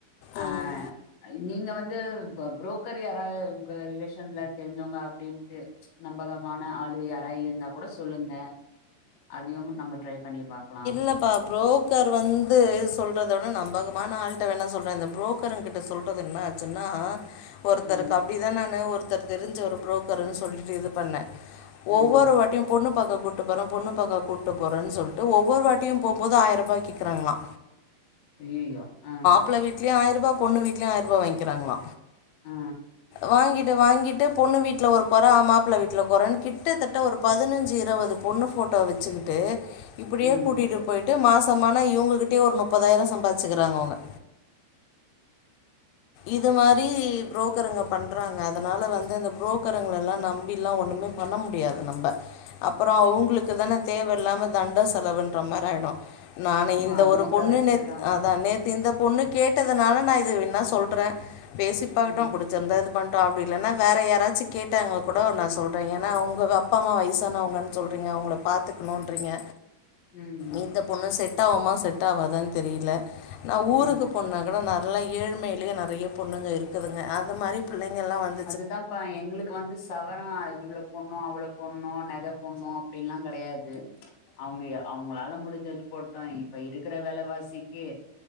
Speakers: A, on the left; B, on the left.
A: ஆ
B: ம்
A: நீங்க வந்து புரோக்கர் யாரா உங்க ரிலேஷன்ல தெரிஞ்சோங்க அப்டின்ட்டு நம்பகமான ஆளு யாரா இருந்தா கூட சொல்லுங்க அதயும் நம்ம ட்ரை பண்ணி பாக்கலா
B: இல்லபா புரோக்கர் வந்து சொல்றத வுட நம்பகமான ஆள்ட வேண சொல்றே இந்த புரோக் கர்ங்கிட்ட சொல்றது என்ன ஆச்சுன்னா ஒருத்தருக்கு
A: ம்
B: அப்டிதா நானு ஒருத்தர் தெரிஞ்ச ஒரு புரோக்கருன்னு சொல்லிட்டு இது பண்ணே
A: ம்
B: ஒவ்வொரு வா டியு பொண்ணு பக்க கூட்டு போற பொண்ணு பக்க கூட்டு போறேன்னு சொல்ட் டு ஒவ்வொரு வாட்டியு போம்போது ஆயிரரூபாய் கேக்றாங்களா
A: ஐய்யயோ ஆ
B: மாப்ள வீடலயு ஆயிரூபா பொண்ணு வீட்டுலயு ஆயிர ரூபா வாங்கிகறாங்கள
A: ஆ
B: வாங்கிட்டு வாங்கிட்டு பொண்ணு வீட்டில ஒரு குறை அ மாப்பிள்ள வீட்டில் குறேன்னு கிட்டத்தட்ட ஒரு பதினஞ்சு இருபது பொண்ணு ஃபோட்டோ வச்சுக்கிட்டு இப்டியே
A: ம்
B: கூட்டிகிட்டு போய்ட்டு மாசமான இவங்ககிட்டே ஒரு முப்பதாயிரம் சம்பாதிச்சிக்கிறாங்க அவுங்க இது மாரி புரோக்கருங்க பண்றாங்க அதனால வந்து இந்த புரோக்கருங்க எல்லா நம்பிலா ஒண்ணமே பண்ண முடியாது நம்ம அப்றோ அவங்களுக்கு தானே தேவையில்லாம தண் ட செலவுன்ற மாரி ஆயிடு நானு
A: ஆமா
B: இந்த
A: அதுவு
B: ஒரு பொண்ணுனை
A: கரெக்ட் தா
B: நேத்து இந்த பொண்ணு கேட்டதுனால நா இது வேன்ன சொல்றே பேசிப்பாக்கடு
A: ம்
B: புடி சி இருந்தா இது பண்ணட்டோ அப்டி இல்லன்னா வேற யாராச்சு கேட்டாங்க கூட நா சொல்றே ஏனா அவுங்க அப்பா அம்மா வயசான அவங்கு சொல்றீங்க அவங்கள பாத்துக்கணுன்றிங்க
A: ம்
B: இந்த பொண்ணு செட் ஆகுமா செட் ஆவாதானு தெரியல நா ஊருக்கு
A: ம்
B: பொண்ணா கூட நல்லா ஏழ்மையிலேயே நெறைய பொண்ணுங்க இருக்குதுங்க அந்த மாரி புள்ளைங்கள் எலா வந்
A: அதுதான்ப்ப எங்களுக்கு வந்து சவரம் இவ்ளோ போண்ணு அவ்ள போண்ணு நக போண்ணு அப்டின்ல்லா கிடையாது அவுங்க அவுங்களால முடிஞ்சது போட்டோ இப்ப இருக்கிற வேலைவாசிக்கு